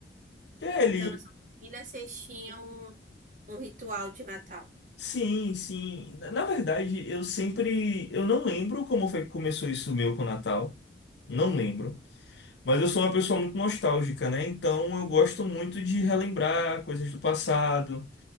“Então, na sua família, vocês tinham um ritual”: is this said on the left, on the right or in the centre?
Right